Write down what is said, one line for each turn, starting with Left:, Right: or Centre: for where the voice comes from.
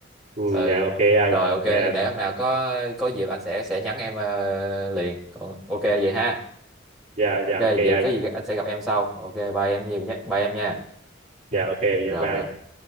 Right: Ừ,
Centre: ừ
Right: yeah, ok anh
Centre: rồi ok thì
Right: yeah.
Centre: để hôm nào có có dịp anh sẽ sẽ nhắn em ờ, liền còn ok vậy ha
Right: yeah,
Centre: ok
Right: yeah,
Centre: vậy
Right: ok anh
Centre: có gì anh sẽ gặp em sau ok bye em nhi bye em nha
Right: yeah, ok
Centre: rồi
Right: yeah, bye
Centre: rồi
Right: anh.